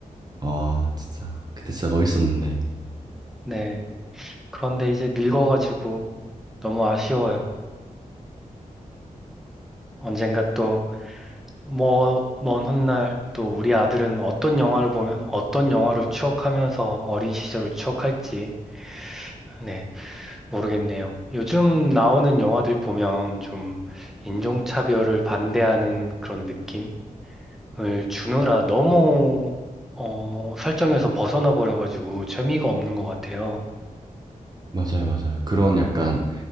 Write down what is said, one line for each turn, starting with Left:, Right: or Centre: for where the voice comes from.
Right: 아, 진짜 그때 진짜 멋있었는데.
Centre: 네. 그런데 이제 늙어가지고 너무 아쉬워요. 언젠가 또, 뭐, 먼 훗날 또 우리 아들은 어떤 영화를 보면 어떤 영화를 추억하면서 어린 시절을 추억할지, 네, 모르겠네요. 요즘 나오는 영화들 보면 좀 인종차별을 반대하는 그런 느낌? 을 주느라 너무 어, 설정에서 벗어나 버려가지고 재미가 없는 것 같아요.
Right: 맞아요, 맞아요. 그런 약간